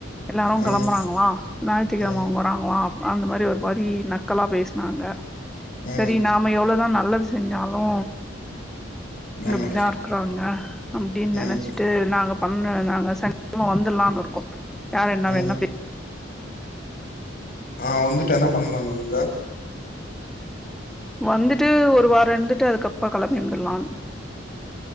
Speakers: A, in the centre; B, on the left (about 50°).
A: எல்லாரு
B: ம்
A: கெளம்புறாங்ளா ஞாயித்துகெழம
B: ம்
A: அவுங்க வறாங்ளா அந்த மாரி ஒரு வரி நக்கலா பேசினாங்க
B: ம்
A: சரி நாம எவ்ளோதா நல்லது செஞ்சாலு
B: ம்
A: இங்க இப்டிதா இருக்கறாங்க அப்டின்னு
B: ம்
A: நெனைச்சு ட்டு நாங்க பண்ண நாங்க சனிக்கெழம வந்துர்லான்னு இருக்கோ யார் என்ன
B: ம்
A: வேணா பே
B: ஆ வந்துட்டு என்ன பண்ணலாங் நீங்க
A: வந்துட்டு ஒரு வாரோ இருந்துட்டு அதுக்கப்றோ கெளம்பி வந்துர்லான்னு